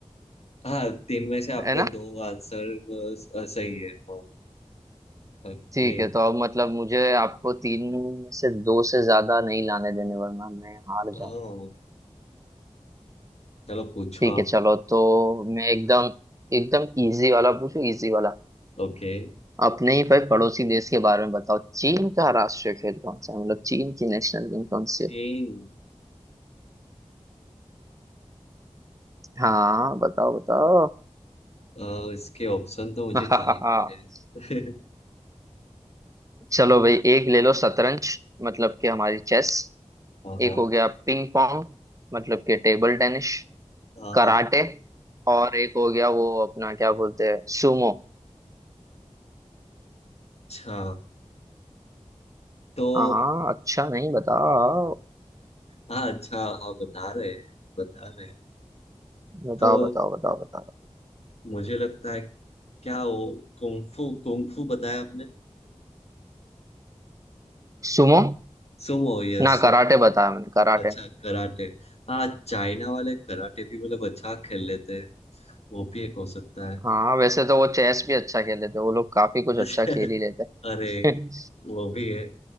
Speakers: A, on the left; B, on the right.
A: हाँ, तीन में से आपके
B: है ना
A: दो आंसर अ, सही है हाँ ओके
B: ठीक है तो अब मतलब मुझे आपको तीन में से दो से ज्यादा नहीं लाने देने वरना मैं हार जाऊंगा
A: हाँ चलो पूछो
B: ठीक
A: आप
B: है चलो तो मैं एकदम एकदम इजी वाला पूछूं इजी वाला
A: ओके
B: अपने ही भाई पड़ोसी देश के बारे में बताओ चीन का राष्ट्रीय खेल कौन सा है मतलब चीन की नेशनल गेम कौन सी
A: चीन
B: है हाँ बताओ बताओ
A: अ, इसके ऑप्शन तो मुझे
B: <laughs>
A: चाहिए थे। <laughs>
B: चलो भाई एक ले लो शतरंज मतलब कि हमारी चेस
A: हाँ हाँ
B: एक हो गया पिंग पोंग मतलब कि टेबल टेनिस
A: हाँ
B: कराटे
A: हाँ
B: और एक हो गया वो अपना क्या बोलते हैं सुमो
A: अच्छा तो
B: हाँ हाँ, अच्छा नहीं बताओ
A: हाँ अच्छा हाँ बता रहे हैं बता रहे हैं
B: बताओ
A: तो
B: बताओ बताओ बताओ
A: मुझे लगता है क्या वो कुंफू कुंफू बताया आपने
B: सुमो
A: सुमो ये
B: ना
A: सुम
B: कराटे बताया मैंने कराटे
A: अच्छा कराटे हाँ चाइना वाले कराटे भी मतलब अच्छा खेल लेते हैं वो भी एक हो सकता है
B: हाँ वैसे तो वो चेस भी अच्छा खेले थे वो लोग काफी कुछ
A: <laughs>
B: अच्छा खेल ही लेते
A: अरे
B: हैं।
A: वो भी है